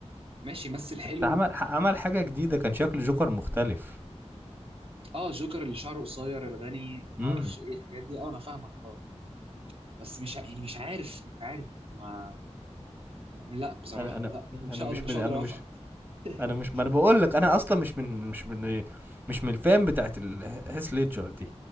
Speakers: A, on the right (about 55°); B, on the right (about 15°).
A: ماشي بس الحلو
B: بس عمل ح عمل حاجة جديدة كان شكل جوكر مختلف،
A: اه جوكر اللي شعره قصير الغني اللي معرفش
B: إمم،
A: ايه الحاجات دي اه انا فاهمك اه بس مش ع- يعني مش عارف مش عارف ما لا بصراحة
B: أنا أنا
A: لا مش
B: أنا
A: هقدر
B: مش
A: مش
B: من
A: هقدر
B: أنا
A: اوافقك
B: مش
A: <laughs>
B: أنا مش ما أنا باقول لك أنا أصلًا مش من مش من مش من الfan بتاعة ال هيث ليدجر دي.